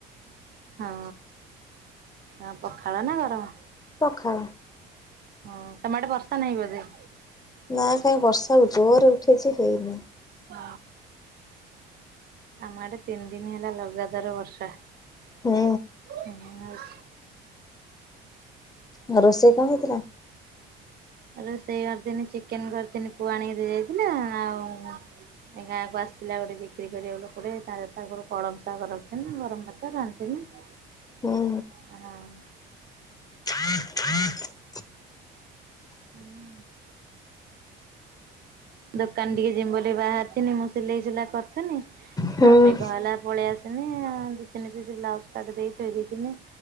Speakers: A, on the right (about 50°); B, on the left (about 20°).
A: ହଁ ଆ ପଖାଳ ନା ଗରମ।
B: ପଖାଳ।
A: ହଁ ତମେ ଆଡେ ବର୍ଷା ନାହିଁ ବୋଧେ।
B: ନା କାଇଁ ବର୍ଷାକୁ ଜୋର ଉଠେଇଛି ହେଇନି।
A: ହ ଆମ ଆଡେ ତିନ ଦିନ ହେଲା ଲଗାତାର ବର୍ଷା।
B: ହୁଁ।
A: ହଉଛି।
B: ଘରେ ରୋଷେଇ କଣ ହେଇଥିଲା?
A: ରୋଷେଇ ଅରିଥିନି ଚିକେନ କରିିଥିନି ପୁଅ ଆଣିକି ଦେଇ ଯାଇଥିଲା ଆଉ ଏ ଗାଁକୁ ଆସିଥିଲା ଗୋଟେ ବିକ୍ରି କରିବାକୁ ଲୋକଟେ। ତା ପାଖରୁ କଳମ ଶାଗ ରଖିଥିନି ଗରମ ଭାତ ରାନ୍ଧିଥିନି।
B: ହୁଁ।
A: ଆ ହାଁ।
B: <unintelligible>
A: ହୁଁ। ଦୋକାନ ଟିକେ ଯିମି ବୋଲି ବାହାରିଥିନି ମୁଁ ସିଲେଇ ସୁଲା କରୁଥିନି।
B: ହୁଁ।
A: ଆଉ ମେଘ ହେଲା ପଳେଇ ଆସିନି ଆ ଦି ତିନି ପିସ୍ ବ୍ଲାଉଜ କାଟି ଦେଇକି ଥୋଇ ଦେଇଥିନି।